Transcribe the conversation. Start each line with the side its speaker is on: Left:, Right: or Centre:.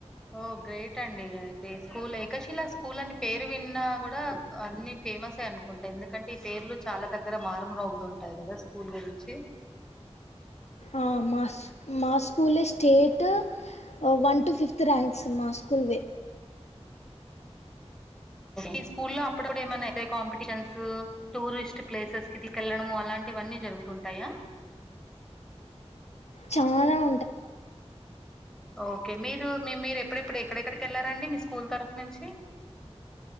Centre: ఓ గ్రేట్ అండి అయితే స్కూల్ ఏకశిలా స్కూల్ అని పేరు విన్నా కూడా అన్ని ఫేమస్ ఏ అనుకుంటా ఎందుకంటే ఈ పేర్లు చాలా దగ్గర మారు మ్రోగుతుంటాయి కదా స్కూల్ గురించి.
Left: ఆ మాస్ మా స్కూలేస్ state, one two fifth ranks మా స్కూల్ వే
Centre: ఈ స్కూల్లో అప్పుడప్పుడు ఏమన్నా ఎస్సే కాంపిటీషన్స్, టూరిస్ట్ ప్లేసెస్ కి తీసుకెళ్ళడం అలా అలాంటివన్నీ జరుగుతుంటాయా
Left: చాలవు
Centre: ఓకే మీరు మీ మీరు ఎప్పుడెప్పుడు ఎక్కడెక్కడికి వెళ్లారంండి మీ స్కూల్ తరఫు నుంచి